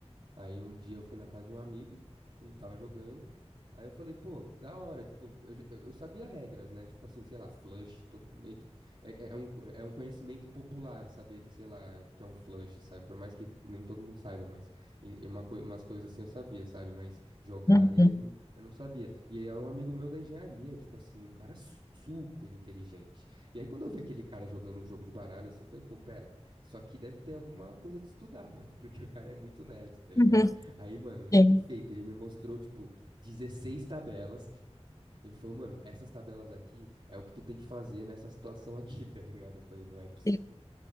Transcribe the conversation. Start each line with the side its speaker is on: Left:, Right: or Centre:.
Right: Aí um dia eu fui na casa de um amigo, ele tava jogando. Aí eu falei, pô, da hora, tipo, eu, já- eu eu sabia regras, né? Tipo assim, sei lá, flush, todo meio que. É, é é um, co- é um conhecimento popular saber que, sei lá, o que que é um flush, sabe? Por mais que nem todo mundo saiba, mas. E, e uma, coi- umas coisas assim eu sabia, sabe? Mas jogar
Left: Uhum.
Right: mesmo, eu não sabia. E aí era um amigo meu da engenharia, tipo assim, um cara su- super inteligente. E aí quando eu vi aquele cara jogando um jogo de baralho, assim, eu falei, pô, pera. Só que deve ter alguma coisa de estudar, <laughs> mano, porque o cara é muito nerd, tá ligado?
Left: Uhum.
Right: Aí, mano, dito
Left: Sim.
Right: e feito, ele me mostrou, tipo, 16 tabelas. Ele falou, mano, essas tabelas aqui é o que tu tem que fazer nessa situação aqui, <laughs> tá ligado? Eu falei, não é possível.
Left: Sim.